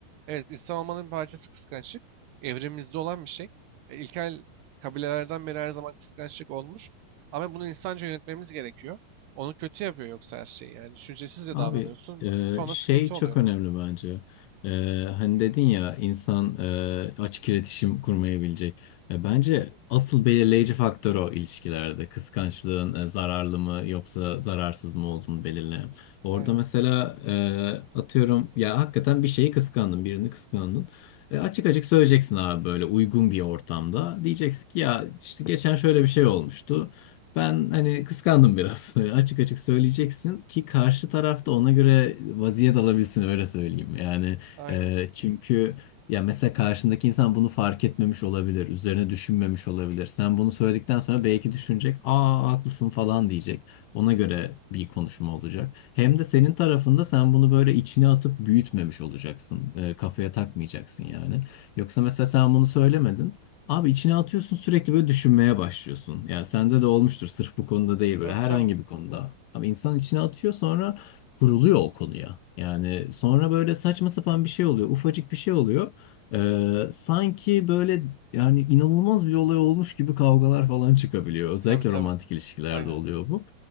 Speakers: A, on the right (about 85°); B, on the left (about 75°).
A: Evet insan olmanın bir parçası kıskançlık. Evrimimizde olan bir şey. E, İlkel kabilelerden beri her zaman kıskançlık olmuş. Ama bunu insanca yönetmemiz gerekiyor. Onu kötü yapıyor yoksa her şeyi. Yani düşüncesizce
B: Abi
A: davranıyorsun.
B: e,
A: Sonra
B: şey
A: sıkıntı
B: çok
A: oluyor.
B: önemli bence. E, hani dedin ya insan e, açık iletişim kurmayabilecek. E, bence
A: Hı,
B: asıl belirleyici faktör o ilişkilerde. Kıskançlığın e, zararlı mı yoksa zararsız mı olduğunu belirleyen. Orada
A: aynen.
B: mesela e, atıyorum ya hakikaten bir şeyi kıskandın, birini kıskandın. E, açık açık söyleyeceksin abi böyle uygun bir ortamda. Diyeceksin ki ya işte geçen şöyle bir şey olmuştu. Ben hani kıskandım biraz. <laughs> Hani Açık açık söyleyeceksin ki karşı tarafta ona göre vaziyet alabilsin öyle söyleyeyim. Yani
A: Aynen.
B: e, çünkü ya mesela karşındaki insan bunu fark etmemiş olabilir, üzerine düşünmemiş olabilir. Sen bunu söyledikten sonra belki düşünecek, "Aa haklısın" falan diyecek. Ona göre bir konuşma olacak. Hem de senin tarafında sen bunu böyle içine atıp büyütmemiş olacaksın. E, kafaya takmayacaksın yani. Yoksa mesela sen bunu söylemedin. Abi içine atıyorsun sürekli böyle düşünmeye başlıyorsun. Yani sende de olmuştur sırf bu konuda değil
A: Tabii
B: böyle herhangi
A: tabii.
B: bir konuda. Abi insan içine atıyor sonra kuruluyor o konuya. Yani sonra böyle saçma sapan bir şey oluyor. Ufacık bir şey oluyor. Ee, sanki böyle yani inanılmaz bir olay olmuş gibi kavgalar falan çıkabiliyor. Özellikle
A: Tabii tabii.
B: romantik ilişkilerde
A: Aynen.
B: oluyor bu.